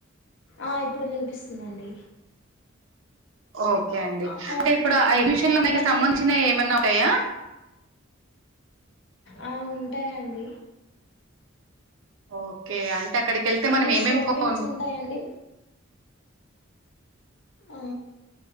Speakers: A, on the left (about 65°); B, on the right (about 75°).
A: ఆ ఇప్పుడు వినిపిస్తుందండి.
B: ఓకే అండి
A: ఆ
B: అంటే
A: అవును
B: ఇప్పుడు అడ్మిషన్ లోకి
A: కానీ
B: సంబంధించిన ఏమన్నా అట్టయా
A: ఆ ఉంటాయండి
B: ఓకే అంటే అక్కడికి వెళ్తే
A: అన్ని
B: మనం ఏమేమి
A: షాపింగ్స్
B: కొన్-
A: ఉంటాయండి ఆ